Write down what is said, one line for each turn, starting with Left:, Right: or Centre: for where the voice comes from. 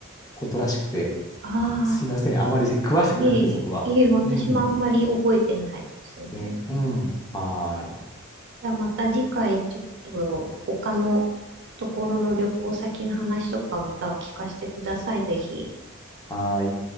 Left: ことらしくて、
Right: あ。
Left: すいません。あまり詳しくなくて、
Right: いえ、
Left: そこは。
Right: いえ、私もあんまり覚えてないですね。
Left: うん。ね、うん。はーい。
Right: じゃあまた次回ちょっと他のところの旅行先の話とかまたは聞かせてください、ぜひ。
Left: はーい。